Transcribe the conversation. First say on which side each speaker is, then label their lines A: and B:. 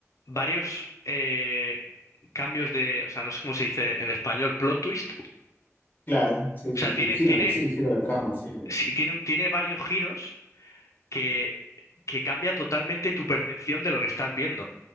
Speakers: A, on the left; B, on the left.
A: varios eh, cambios de, o sea, no sé cómo se dice en español, plot twist.
B: Claro, sí, sí,
A: O sea,
B: sí.
A: tiene,
B: Giros
A: tiene,
B: de sí, giros de trama, sí. de-
A: sí, tiene, un- tiene varios giros que, que cambia totalmente tu percepción de lo que estás viendo.